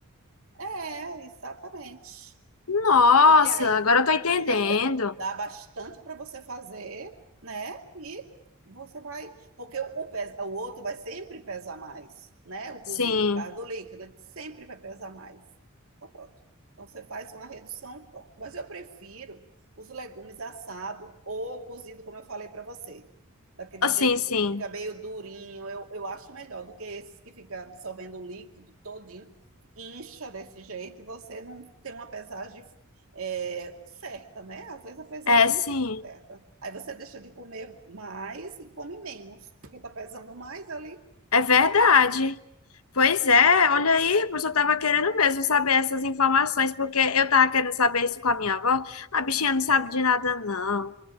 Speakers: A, on the right (about 65°); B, on the left (about 75°).
A: É, exatamente.
B: Nossa,
A: Porque aí,
B: agora eu tô entendendo.
A: porque aí dá dá bastante para você fazer, né? E você vai. Porque o, o pes- o outro vai sempre pesar mais, né? O
B: Sim,
A: cozido, por causa do líquido, ele sempre vai pesar mais. Então, pronto. Então, você faz uma redução, pronto. Mas eu prefiro os legumes assados ou cozido, como eu falei para você. Daquele
B: Ah, sim,
A: jeito,
B: sim.
A: que fica meio durinho, eu, eu acho melhor do que esses que fica absorvendo o líquido todinho, incha desse jeito e você não tem uma pesagem é, certa, né? Às vezes a pesagem
B: É, sim.
A: não fica certa. Aí você deixa de comer mais e come menos, porque tá pesando mais ali.
B: É verdade. Pois é, olha aí, pois eu tava querendo mesmo saber essas informações, porque eu tava querendo saber isso com a minha avó. A bichinha não sabe de nada, não.